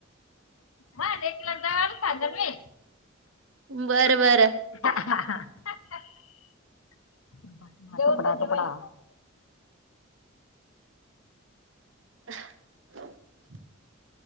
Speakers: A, on the left; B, on the right.
A: हा लेकीला दार खासदार वे.
B: बरं बरं.
A: <unintelligible>
B: हम्म. <unintelligible>